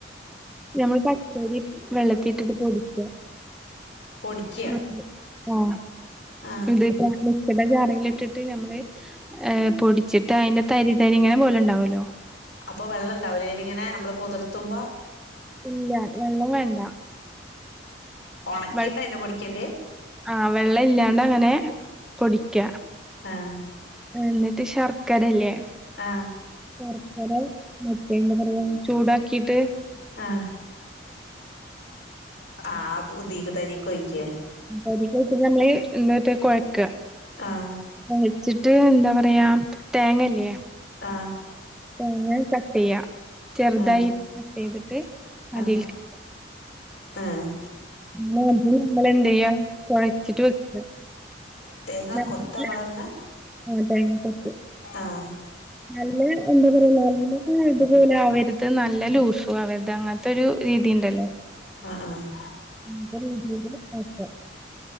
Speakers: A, in the centre; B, on the left (about 75°).
A: നമ്മളെപച്ചരി വെള്ളത്തിട്ടിട്ട് പൊടിക്ക
B: പൊടിക്കുക
A: <unintelligible> ആഹ്
B: ആ
A: <unintelligible> മിക്സിയുടെ ജാറിലിട്ടിട്ട് ഞമ്മള് ഏ പൊടിച്ചിട്ട് അയ്ന്റെ തരി തരിങ്ങനെ പോലെണ്ടാവുലോ
B: അപ്പൊ വെള്ളണ്ടാവുലേയ്ലിങ്ങനെ നമ്മ്ള് പൊത്ർത്തുമ്പോ
A: ഇല്ല വെള്ളം വേണ്ട
B: ഉണക്കിയിട്ട്
A: വൾ
B: അതിനെ പൊടിക്കണ്ടേ
A: ആവെള്ളല്യാണ്ടങ്ങനെ പൊടിക്യ
B: ആഹ്
A: ഉം ന്നിട്ട് ശർക്കരല്യേ
B: ആഹ്
A: ശർക്കര മറ്റേ എന്താ പറയാ ചൂടാക്കീട്ട്
B: ആഹ് ആപുതീക്ക് തരീകൊഴിക്കേ
A: ഉം പൊതിക്കൊയ്ക്കുന്നർഞ്ഞഅ് എന്താട്ടാ കൊഴക്കാ
B: ആഹ്
A: അരച്ചിട്ട് എന്താ പറയാ തേങ്ങല്ലേ
B: ആഹ്
A: തേങ്ങ കട്ട് ചെയ്യാ ചെർതായി
B: ആഹ്
A: കട്ട് ചെയ്തിട്ട് അതിൽക്ക്
B: ആഹ് ആഹ്
A: പിന്നെ അത് നമ്മൾ എന്തേയ്യാ കുഴച്ചിട്ട് വെക്ക
B: തേങ്ങാ
A: നല്ല
B: കൊത്ത ങ്ങളർഞ്ഞെ
A: ആ തേങ്ങക്കൊത്ത്
B: ആഹ്
A: നല്ല എന്താ പറയാ നല്ല ഇതുപോലെ ആവര്ത് നല്ല ലൂസും ആവര്ത് അങ്ങ ത്തൊരു രീതി ഇണ്ടല്ലോ
B: ആഹ് ആഹ്
A: <unintelligible>